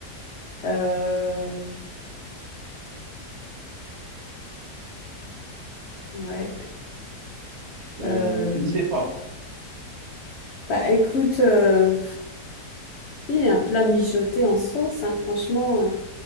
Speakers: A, on the left; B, on the right.
A: euh, ouais,
B: euh,
A: euh,
B: je ne sais pas,
A: bah écoute. euh, Si, un plat mijoté en sauce, hein, franchement, euh,